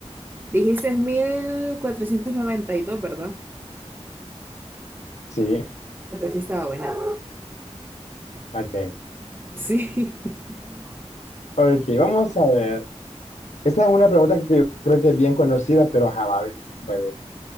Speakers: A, on the right; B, on the left.
A: Dijiste es 1492, ¿verdad?
B: Sí,
A: Ah, Pues sí estaba buena.
B: ok.
A: Sí. <laughs>
B: Ok, vamos a ver. Esta es una pregunta que yo creo que es bien conocida, pero ajá, a veces no puede,